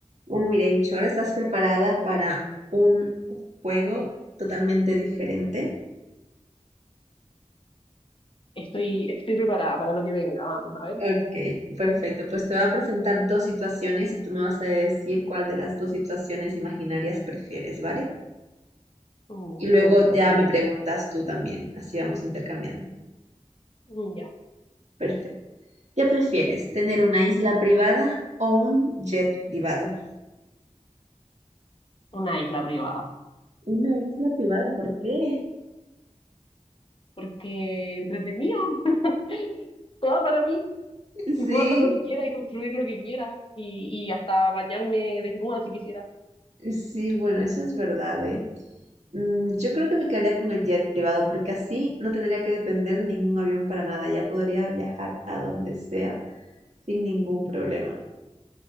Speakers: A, on the right (about 65°); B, on the left (about 45°).
A: Bueno, Mirencho, ¿ahora estás preparada para un juego totalmente diferente?
B: Estoy, estoy preparada para lo que venga, vamos a ver.
A: Ok, perfecto. Pues te voy a presentar dos situaciones y tú me vas a decir cuál de las dos situaciones imaginarias prefieres, ¿vale?
B: Mm, Ya,
A: Y luego
B: me gusta,
A: ya
B: bien
A: me
B: entretenido.
A: preguntas tú también. Así vamos intercambiando.
B: Mm, Ya,
A: Perfecto. ¿Qué prefieres? ¿Tener una isla privada o un jet privado?
B: una isla privada.
A: Una isla privada, ¿por qué?
B: Porque entretenido, <laughs> toda para mí.
A: <laughs>
B: Y
A: Sí,
B: puedo hacer lo que quiera y construir lo que quiera. Y, y hasta bañarme desnuda si quisiera.
A: sí, bueno, eso es verdad, ¿eh? Mm, yo creo que me quedaría con el jet privado porque así no tendría que depender de ningún avión para nada. Ya podría viajar a donde sea sin ningún problema.